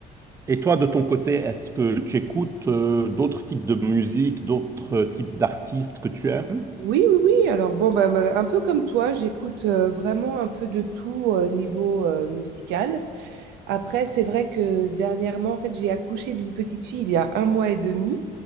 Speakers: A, on the right; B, on the right.
A: Et toi, de ton côté, est-ce que tu écoutes euh, d'autres types de musique, d'autres types d'artistes que tu aimes?
B: Oui, oui, oui. Alors, bon, bah, bah, un peu comme toi, j'écoute euh, vraiment un peu de tout euh, niveau euh, musical. Après, c'est vrai que dernièrement, en fait, j'ai accouché d'une petite fille il y a un mois et demi.